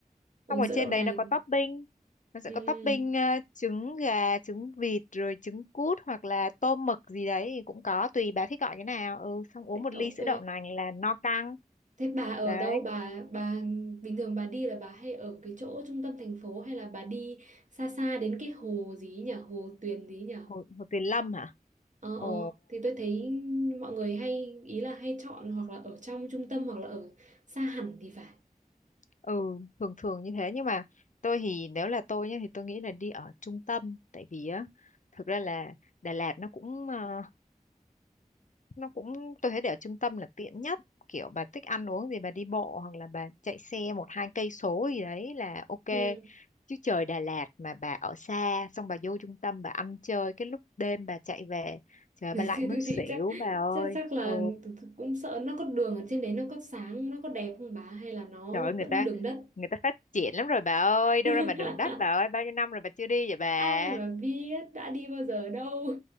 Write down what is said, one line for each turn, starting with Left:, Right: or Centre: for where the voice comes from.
Right: uống
Left: xong ở
Right: sữa
Left: trên
Right: đậu
Left: đấy
Right: nành.
Left: nó có topping nó sẽ
Right: Ừ,
Left: có topping ờ, trứng gà trứng vịt rồi trứng cút hoặc là tôm mực gì đấy thì cũng có tùy bà thích gọi cái nào ừ xong uống
Right: thế-
Left: một
Right: ok.
Left: ly sữa đậu nành là no căng
Right: Thế bà ở
Left: đấy
Right: đâu? Bà bà bình thường bà đi là bà hay ở cái chỗ trung tâm thành phố hay là bà đi xa xa đến cái hồ gì ấy nhỉ? Hồ Tuyền gì ấy nhỉ?
Left: Hồ, Hồ Tuyền Lâm hả?
Right: Ờ ờ
Left: Ồ,
Right: thì tôi thấy mọi người hay ý là hay chọn hoặc là ở trong trung tâm hoặc là ở xa hẳn thì phải.
Left: ừ, thường thường như thế nhưng mà tôi thì nếu là tôi nhá thì tôi nghĩ là đi ở trung tâm tại vì á thực ra là Đà Lạt nó cũng ờ, nó cũng tôi thấy để ở trung tâm là tiện nhất kiểu bà thích ăn uống gì bà đi bộ hoặc là bà chạy xe một hai cây số gì đấy là ok
Right: Ừ.
Left: chứ trời Đà Lạt mà bà ở xa xong bà vô trung tâm bà ăn chơi cái lúc đêm bà chạy về
Right: <laughs>
Left: trời ơi, bà lạnh
Right: Trên
Left: muốn
Right: đô
Left: xỉu
Right: thị chắc
Left: bà ơi
Right: chắc chắc là
Left: ừ
Right: tớ- tớ cũng sợ nó có đường ở trên đấy nó có sáng nó có đẹp không bà hay là nó
Left: Trời ơi, người
Right: vẫn
Left: ta
Right: đường đất
Left: người ta phát triển lắm rồi bà ơi, đâu
Right: <laughs>
Left: ra mà đường đất bà ơi, bao nhiêu năm rồi bà chưa đi vậy bà?
Right: ai mà biết đã đi bao giờ đâu